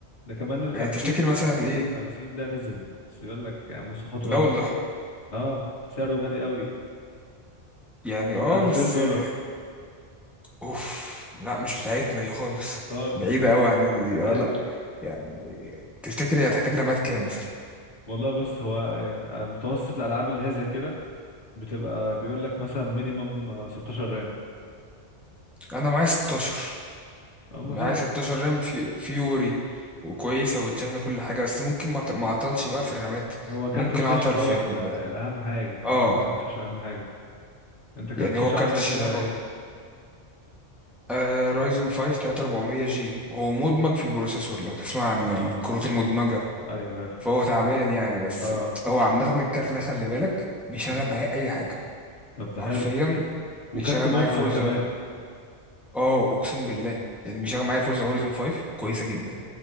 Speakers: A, on the left (about 85°); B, in the centre.
A: ده كمان ال
B: يعني
A: 50
B: تفتكر مثلا
A: ال
B: ايه
A: 50 ده نزل بس بيقول لك يعني مواصفات
B: لا
A: وهم
B: والله
A: اه سعره غالي قوي
B: يعني اه
A: 2000
B: بس
A: دولار
B: يعني اوف لا مش بتاعتنا دي خالص
A: خالص
B: بعيدة
A: <laughs>
B: قوي عننا دي اه
A: ايوه
B: لا يعني تفتكر هي هتحتاج رامات كام مثلا
A: والله بص هو آه، متوسط الالعاب اللي هي زي كده بتبقى بيقول لك مثلا مينيمم 16 رام
B: انا معايا 16
A: أم
B: معايا
A: حلو
B: 16 رام في فيوري وكويسة وبتشغل كل حاجة بس ممكن ما ت- ما اعطلش بقى في الرامات
A: هو كارت
B: ممكن
A: الشاشه
B: اعطل
A: هو
B: في ال
A: ال- الاهم حاجه أه-
B: اه
A: كارت الشاشه اهم حاجه انت كارت
B: يعني
A: الشاشه
B: هو كارت
A: عندك
B: الشاشة
A: آه، ايه
B: آه رايزون 5 3400 جي هو مدمج في البروسيسور لو تسمع عن
A: اه
B: الكروت
A: اه
B: المدمجة
A: ايوه عارف
B: فهو تعبان يعني بس
A: اه
B: هو عامة الكارت ده خلي بالك بيشغل
A: مم.
B: معايا أي حاجة
A: طب ده
B: حرفيا
A: حلو
B: بيشغل
A: وكارت مدمج
B: معايا فورزا
A: كمان
B: اه أقسم بالله يعني بيشغل معايا فورزا هوريزون 5 كويسة
A: مم.
B: جدا